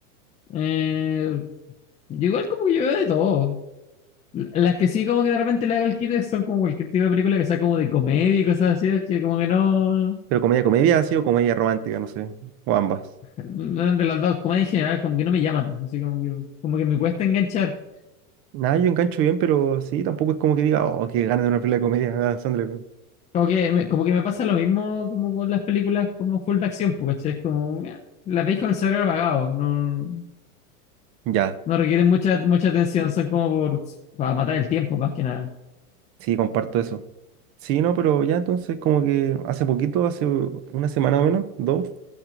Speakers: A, on the left; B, on the right.
A: Eh, yo igual como que yo veo de todo. L- Las que sí como que de repente le hago el kit son como cualquier tipo de película que sea como de comedia y cosas así, que como que no...
B: Pero comedia, comedia, así o comedia romántica, no sé, o ambas.
A: no, De las dos, comedia en general, como que no me llaman. Así como que, como que me cuesta enganchar.
B: Nada, yo engancho bien, pero sí, tampoco es como que diga, oh, qué ganas de una película de comedia, Adam Sandler.
A: Como que, me, como que me pasa lo mismo como con las películas como full de acción, porque es como... eh, las veis con el cerebro apagado. No,
B: Ya,
A: no requieren mucha, mucha atención, son como por, para matar el tiempo más que nada.
B: sí, comparto eso. Sí, no, pero ya entonces como que hace poquito, hace una semana o menos, dos,